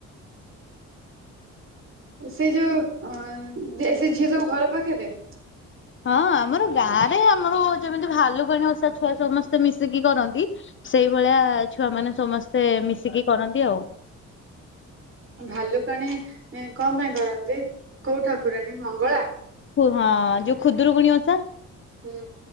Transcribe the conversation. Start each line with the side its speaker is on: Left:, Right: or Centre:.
Right: ସେ ଯୋଉ ଓଙ ସେ ଝିଅ ସବୁ ଘର ପାଖରେ
Left: ହଁ ଆମର ଗାଁ ରେ ଆମର ଯେମିତି ଭାଲୁଗଣୀ ଓଷା ଛୁଆ ସମସ୍ତେ ମିଶିକି କରନ୍ତି। ସେଇଭଳିଆ ଛୁଆମାନେ ସମସ୍ତେ ମିଶିକି କରନ୍ତି ଆଉ
Right: ଭାଲୁକାଣୀ କଣ ପାଇଁ କରନ୍ତି ଯେ କୋଉ ଠାକୁରାଣୀ ମଙ୍ଗଳା
Left: ହଁ ଯୋଉ ଖୁଦୁରୁକୁଣି ଓଷା।
Right: ହୁଁ।